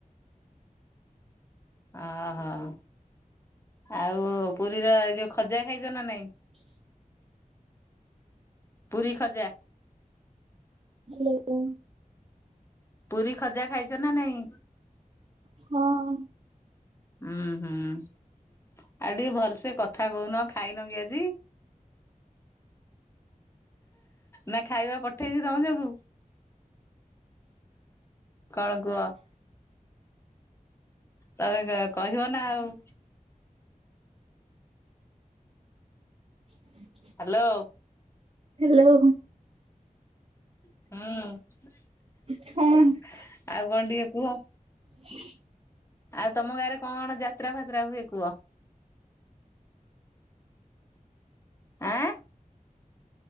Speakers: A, on the left (about 20°); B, on the right (about 45°).
A: ଅ ହୋଉ। ଆଉ ପୁରିର ଏଇ ଯୋଉ ଖଜା ଖାଇଚ ନା ନାଇଁ?
B: ?
A: ପୁରି ଖଜା।
B: ହାଲୋ।
A: ପୁରି ଖଜା ଖାଇଛ ନା ନାଇଁ?
B: ହଁ।
A: ହୁଁ ହୁଁ ଆଉ ଟିକେ ଭଲସେ କଥା କୋହୁନ ଖାଇନ କି ଆଜି। ନା ଖାଇବା ପଠେଇବି ତମ ଯୋଗୁ। କଣ କୁହ। ତମେ <unintelligible> କହିବ ନା ଆଉ।
B: ?
A: ହାଲୋ।
B: ହାଲୋ।
A: ହୁଁ ଆଉ କଣ
B: ହ୍ୟାଲୋ
A: ଟିକେ କୁହ।
B: ?
A: ଆଉ ତମ ଗାଁରେ କଣ ଯାତ୍ରା ଫାତ୍ରା ହୁଏ କୁଅ? ଆଁ।